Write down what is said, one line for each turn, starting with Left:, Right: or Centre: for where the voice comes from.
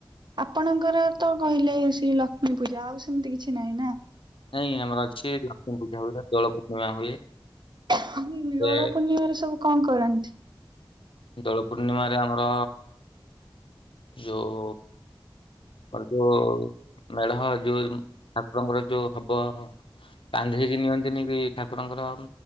Right: ଆପଣଙ୍କର ତ କହିଲେ ସେଇ ଲକ୍ଷ୍ମୀ ପୂଜା ଆଉ ସେମିତି କିଛି ନାହିଁ ନା?
Left: ନାଇଁ ଆମର ଅଛି ଲକ୍ଷ୍ମୀ ପୂଜା ହୁଏ, ଦୋଳ ପୂର୍ଣ୍ଣିମା ହୁଏ।
Right: ହୁଁ ଦୋଳ
Left: ଏ
Right: ପୂର୍ଣ୍ଣିମାରେ ସବୁ କଣ କରନ୍ତି?
Left: ଦୋଳ ପୂର୍ଣ୍ଣିମାରେ ଆମର ଯୋଉ ଅ ଯୋ ମାଡମ ଅ ଯୋଉ ଠାକୁରଙ୍କର ଯୋଉ ହବ କାନ୍ଧେଇକି ନିଅନ୍ତିନି କି ଠାକୁରଙ୍କର